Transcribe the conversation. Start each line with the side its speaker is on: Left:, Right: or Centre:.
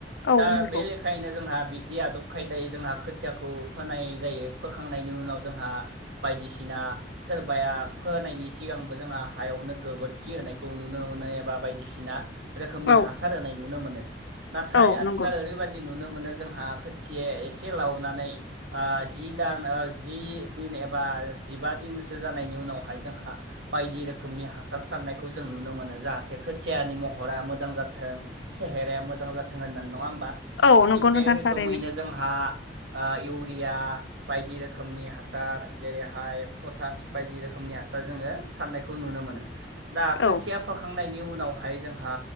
Left: औ
Right: दा
Left: नंगौ
Right: बे लेखायैनो जोंहा जि आदब खायदायै जोंहा खोथियाखौ फोनाय जायो। फोखांनायनि उनाव जोंहा बायदिसिना सोरबाया फोनायनि सिगांबो जोंहा हायावनो गोबोरखि होनायखौ नुनो मोनो एबा बायदिसिना रोखोमनि
Left: औ
Right: हासार होनाय नुनो मोनो नाथाय
Left: औ
Right: आथिखाल
Left: नंगौ
Right: ओरैबायदि नुनो मोनो जोंहा खोथियाआ एसे लावनानै जि दान जि दिन एबा बा जिबा दिनसो जानायनि उनाव जोंहा बायदि रोखोमनि हासार सारनायखौ जों नुनो मोनो जाहाथे खोथियानि महरा मोजां जाथों सेहेराया मोजां जाथों होननानै नङा होमबा
Left: औ
Right: थिग
Left: नंगौ
Right: बे
Left: नोंथां
Right: रोखोमैनो
Left: थारैनो
Right: जोंहा इउरिया बायदि रोखोमनि हासार जेरैहाय पटास बायदि रोखोम हार जनाय नुनो मोन दा खोथिया
Left: औ
Right: फोखांनायनि उनावहाय जोंहा